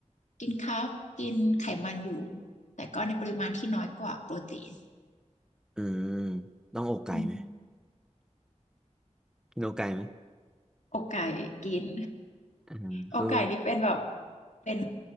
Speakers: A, on the left; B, in the centre.
A: กินคาร์บกินไขมันอยู่แต่ก็ในปริมาณที่น้อยกว่าโปรตีน
B: อืมต้องอกไก่ไหม
A: อืม
B: กินอกไก่ไหม
A: อกไก่กิน
B: อ่าคือ
A: อกไก่นี่เป็นแบบเป็น